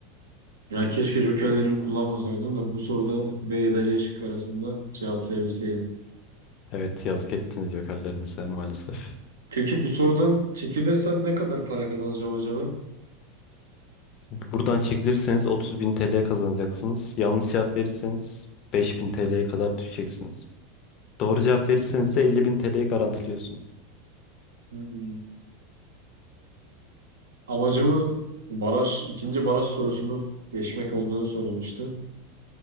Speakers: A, on the right (about 85°); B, on the left (about 50°).
A: Ya keşke jokerlerimi kullanmasaydım da bu soruda B ya da C şıkkı arasında cevaplayabilseydim.
B: Evet yazık ettiniz jokerlerinize maalesef.
A: Peki bu sorudan çekilirsem ne kadar para kazanacağım acaba?
B: Buradan çekilirseniz 30 bin TL kazanacaksınız. Yanlış cevap verirseniz 5000 TL'ye kadar düşeceksiniz. Doğru cevap verirseniz de 50 bin TL'yi garantiliyorsunuz.
A: Hmm. Amacımı baraj, ikinci baraj sorusunu geçmek olduğunu söylemiştim.